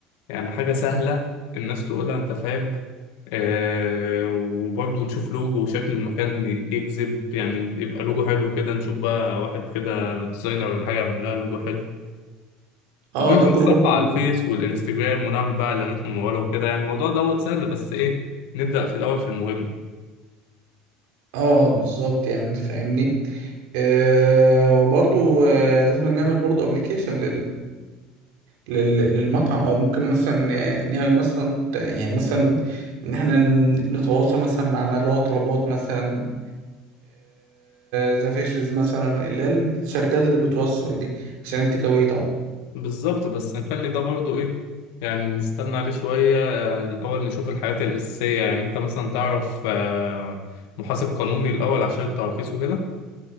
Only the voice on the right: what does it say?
اه
ده كله
برضو
اه بالظبط يعني فاهمني آه... وبرضو آه... لازم نعمل برضو ابلكيشن لل- للمطعم او ممكن مثلا نعمل مثلا يعني مثلا ان احنا نتواصل مثلا مع ملاء طلبات مثلا ذا فيشرز مثلا اللي هي الشركات اللي بتوصل دي عشان التيك أواي طبعا